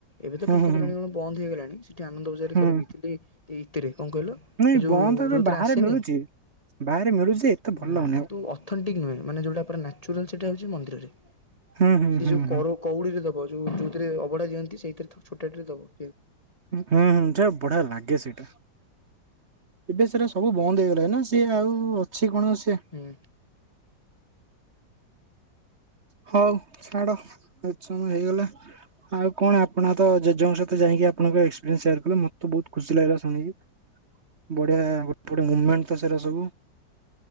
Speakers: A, on the left (about 25°); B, on the right (about 40°).
A: ଏବେ ତ
B: ହୁଁ
A: ଟଙ୍କ
B: ହୁଁ
A: ତୋରାଣି କଣ ବନ୍ଦ ହେଇଗଲାଣି। ସେଠି ଆନନ୍ଦ ବଜାରରେ
B: ହୁଁ
A: ଥରେ ପିଇଥିଲି। ଏଇ କଣ କହିଲ?
B: ନାଇଁ
A: ଏ ଯୋଉ
B: ବନ୍ଦ ଏବେ
A: ଯୋଉଥିରେ
B: ବାହାରେ
A: ଆସେନି
B: ମିଳୁଛି ବାହାରେ ମିଳୁଛି ଯେ ଏତେ ଭଲ
A: ନା
B: ଲାଗୁନି
A: କିନ୍ତୁ
B: ଆଉ।
A: ଅଥଣ୍ଟିକ ନୁହେଁ। ମାନେ ଯୋଉଟା ପୁରା ନାଚୁରାଲ୍ ସେଇଟା ହଉଚି ମନ୍ଦିରରେ।
B: ହୁଁ ହୁଁ
A: ସେ
B: ହୁଁ
A: ଯୋଉ
B: ହୁଁ
A: କର କଉଡିରେ ଦବ ଯୋଉ ଯୋଉଥିରେ ଅବଢା ଦିଅନ୍ତି ସେଇଥିରେ ଥ ଛୋଟିଆ ଟାରେ ଦବ ପିଇ
B: ହୁଁ, ହୁଁ ସେଇଟା ବଢିଆ ଲାଗେ ସେଇଟା। ଏବେ ସେଟା ସବୁ ବନ୍ଦ ହେଇଗଲାଣି ନା। ସିଏ ଆଉ ଅଛି କଣ ସିଏ?
A: ହୁଁ
B: ହଉ ଛାଡ ଏତେ ସମୟ ହେଇଗଲା। ଆଉ କଣ ଆପଣ ତ ଜେଜେଙ୍କ ସହିତ ଯାଇକି ଆପଣଙ୍କ ଏକ୍ସପିରିଏନ୍ସ ସେୟାର୍ କଲେ ମୋତେ ବହୁତ ଖୁସି ଲାଗିଲା ଶୁଣିକି। ବଢିଆ ଗୋଟେ ଗୋଟେ ମୋମେଣ୍ଟ ତ ସେଇରା ସବୁ।